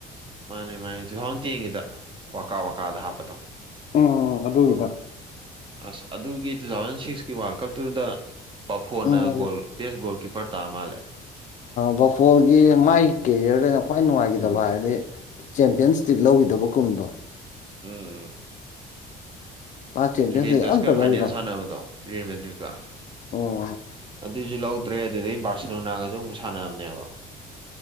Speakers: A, on the right (about 30°); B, on the left (about 50°).
A: ꯃꯥꯅꯦ ꯃꯥꯅꯦ ꯇꯨ ꯊꯥꯎꯖꯟ ꯇꯦꯟꯒꯤꯗ ꯋꯥꯀꯥ ꯋꯥꯀꯥꯗ ꯍꯥꯞꯄꯗꯣ
B: ꯎ ꯑꯗꯨꯒꯤꯒ
A: ꯑꯁ ꯑꯗꯨꯒꯤ ꯇꯨ ꯊꯥꯎꯖꯟ ꯁꯤꯛꯁꯀꯤ ꯋꯥꯔꯜ ꯀꯞꯇꯨꯗ ꯄꯐꯣꯅ
B: ꯎꯝ
A: ꯒꯣꯜ ꯕꯦ ꯒꯣꯜ ꯄꯔꯇꯥ ꯑꯃꯜ
B: ꯕꯐꯣꯜꯒꯤ ꯃꯥꯒꯤ ꯀꯦꯔꯤꯌꯔꯗ ꯑꯩꯅ ꯈ꯭ꯋꯥꯏ ꯅꯨꯡꯉꯥꯏꯈꯤꯗꯕ ꯍꯥꯏꯔꯗꯤ ꯆꯦꯝꯄꯤꯌꯟꯁꯇꯤꯛ ꯂꯧꯈꯤꯗꯕ ꯀꯨꯝꯗꯣ
A: ꯎꯝ ꯎꯝ
B: ꯃꯥ ꯆꯦꯝꯄꯤꯌꯟꯁ
A: ꯖꯨꯕꯦꯟ
B: ꯂꯤꯛ
A: ꯇꯁꯀ
B: ꯑꯝꯇ ꯂꯧꯈꯤꯗꯕ
A: ꯐꯥꯏꯅꯜ ꯁꯥꯟꯅꯕꯗꯣ ꯔꯤꯌꯦꯜ ꯃꯦꯗ꯭ꯔꯤꯛꯀ
B: ꯎꯝ
A: ꯑꯗꯨꯁꯨ ꯂꯧꯗ꯭ꯔꯦ ꯑꯗꯨꯗꯩ ꯕꯥꯔꯁꯤꯦꯂꯣꯅꯥꯒꯁꯨ ꯑꯃꯨꯛ ꯁꯥꯟꯅꯕꯅꯦꯕ